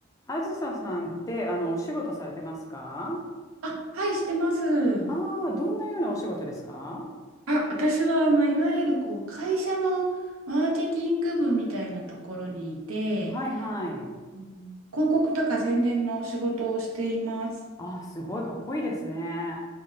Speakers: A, on the left; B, on the right.
A: あずささんって、あの、お仕事されてますか
B: あ、はい、してます。
A: ああー、どんなようなお仕事ですか
B: あ、私は、あの、いわゆる、こう、会社のマーケティング部みたいなところにいて、
A: はいはい。
B: うん広告とか宣伝の仕事をしています。
A: ああ、すごいかっこいいですね。